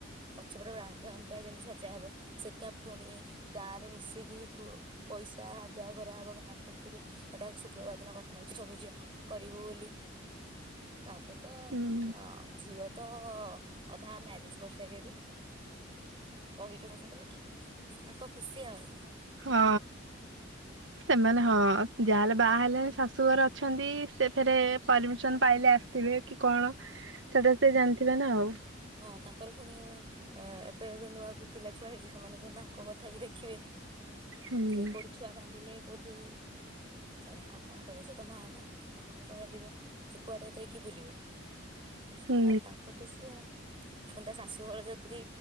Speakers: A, on the right; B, on the right.
A: ପଛ ପଟ ବାଗ୍ରାଉଣ୍ଡଟା ଯେମିତି ସଜା ହବ ସେଟା ପୁଣି ଗାଁରେ ମିଶିକି ପୁଅ ପଇସା ଆଦାୟ କରାହେବ ଗାଁ ପାଖରୁ ହେଟା ଶୁକ୍ରବାର ଦିନ କଥା ହେଇଚୁ ସବୁ ଝିଅ କରିବୁ ବୋଲି।
B: <inaudible>
A: ତାପରେ ତ
B: ହୁଁ
A: ଅ ଝିଅ ତ ଅଧା ମ୍ୟାରେଜ କରିସାରିଲେଣି କହିଚୁ ସମସ୍ତଙ୍କୁ। ତାଙ୍କ ଖୁସି ଆଉ।
B: ହଁ। ସେମାନେ ହଁ ଯାହାହେଲେ ବାହା ହେଲେଣି ଶାଶୁଘର ଅଛନ୍ତି ସେ ଫେରେ ପରମିସନ ପାଇଲେ ଆସ ସିବେ କି କଣ ସେଟା ସେ ଜାଣିଥିବ ନା ଆଉ।
A: ହଁ ତାଙ୍କର ପୁଣି ଆ ଏବେ ଏବେ ନୂଆକୁ ପିଲା ଛୁଆ ହେଇଛି ସେମାନେ ତାଙ୍କ କଥା ବି ଦେଖିବେ
B: ହୁଁ।
A: କିଏ କୋଉଠି ଛୁଆ କାନ୍ଦିଲେ କୋଉଠି ଛାଡ ଆଉ କଣ କରିବା ସେ ତ ମା ନା ତାଙ୍କ ମନ ତରଳିବ ସେ କୁଆଡେ ଦେଇକି ବୁଲିବ ସେ
B: ହୁଁ
A: ଆଉ ତାଙ୍କ ଖୁସି ଆଉ। ଫୁଣି ତା ଶାଶୁଘର ଯଦି